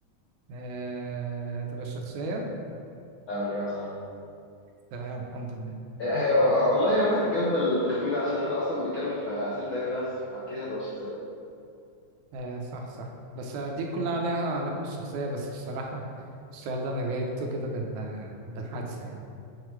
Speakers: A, on the right; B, on the left.
A: آه تبقى الشخصية
B: لا الإجابة صح
A: تمام الحمد لله
B: هي والله هي ممكن تتقبل تخمينه عشان احنا اصلا بنتكلم في اسئله علم نفس فاكيد هتبقى شخصيه
A: آه صح صح بس دي كلها عليها علاقة بالشخصية بس بصراحة السؤال ده أنا جايبته كده بال- بالحدس يعني